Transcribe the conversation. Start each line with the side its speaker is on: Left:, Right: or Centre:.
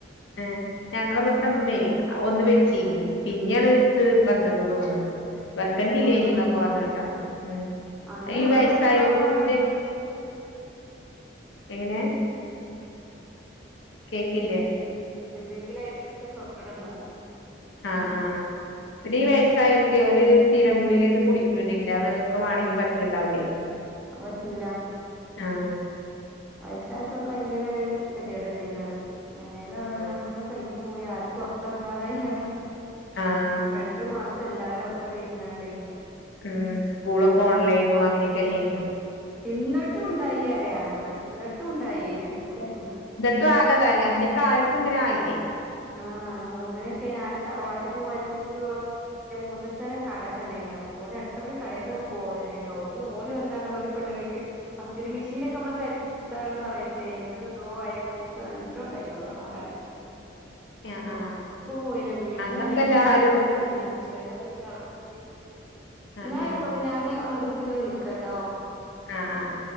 Left: ഏഹ് ഞങ്ങള ഇവിടുത്തെ ഇമ്മേയ് ഒന്ന് വെച്ചീനി. പിന്നെയാണ് ഇത് വന്നത് തോന്ന്ണ്ട് വെക്കണ്ടില്ലേയ്നീന്നൊക്കെ
Centre: ആഹ്
Left: പറഞ്ഞ്ങ്ങട്ട് അന്ന്. ഉം.
Centre: അന്ന്
Left: ഈ
Centre: നമ്മള്
Left: വയസ്സായോൽക്ക്
Centre: വെക്കണം പറഞ്ഞാണ്ട്
Left: പിന്നെ എങ്ങനെ? കേക്കില്ലേ?
Centre: എന്തേങ്കിലായിറ്റൊക്കെ സൂക്കട് ഇണ്ടാവും
Left: ആഹ് ആഹ് പിന്നെ ഈ വയസ്സായോൽക്കെ ഓല് ഈ സ്ഥിരം ഗുളികക്കെ കുടിക്ക്‌ണ്ടെങ്കില് അതൊക്കെ വാണെങ്കി പറ്റുണ്ടാവില്ലേ
Centre: അത് പറ്റൂല
Left: ആഹ്
Centre: വയസ്സായോൽക്കൊക്കെ വയങ്കര കെതിയടന്നേണ് അതൊക്കെ. ഏതായാലും അതന്ന്
Left: ആഹ്
Centre: അങ്ങനങ്ങ് കയിഞ്ഞു പോയി. ആരും പൊറത്തെറങ്ങാതായിണ്ടൊക്കെ
Left: ആഹ്
Centre: രണ്ട് മാസം എല്ലാരും ഔത്തണ്ട് ഇരുന്നാണ്ടേ
Left: ഉം. സ്കൂളൊക്കെ ഓൺലൈനും അങ്ങനെയെക്കെ അല്ലേയ്നോ
Centre: ഇന്ന്ട്ടും ഇണ്ടായി അറയ. ആഹ് ഇന്ന്ട്ടും ഇണ്ടായി അയ്‌ന്റെ എടീക്കുടെ
Left: ന്നട്ടും ആകെതായി. അങ്ങനെക്കായിട്ടും ഇങ്ങനെ ആയില്ലേ?
Centre: ആഹ് നോമ്പ്നൊക്കെ ഞാന് തറവാട്ട്ക്ക് പോയപ്പോ ഇൻക്ക് തോന്ന്ണു ഇന്റെ മൂത്തച്ഛന് കടക്കെണ്ടായ്നെ. അപ്പോ ഓന് എടക്കെടക്ക്‌ കടേക്കൊക്കെ പോകല്ണ്ടായ്ന്. അവിടുന്ന് ഓന് വന്നാണ് ഓന് പെണ്ണുങ്ങക്ക്. പത്തിരി മിഷീനൊക്കെ അമ്മള് പെരീ ഇണ്ടാക്ക്ണ സമയത്ത് അയ്മന്ന് എന്തോ ആയത്. ഇൻക്ക് നല്ലോം ഇണ്ടായി കൊറോണ അതാണ്.
Left: ആഹ്
Centre: ഒടുക്കും
Left: ആഹ്
Centre: പോയില്ലാ. വീട്ടിലെ
Left: അന്നൊക്കെ
Centre: മരുന്ന്
Left: എല്ലാരും
Centre: ഞാന് നല്ലായി ഞ്ചി വെള്ളോക്കെ ഇട്ട് തളപ്പിച്ച്,
Left: ആഹ്
Centre: ഇന്നാ ആയിക്കോട്ടെ
Left: ആഹ്
Centre: ഞാന് ഒന്നുംകൂടി പിന്നെ വിളിക്കട്ടോ.
Left: ആഹ് ആഹ് ആഹ്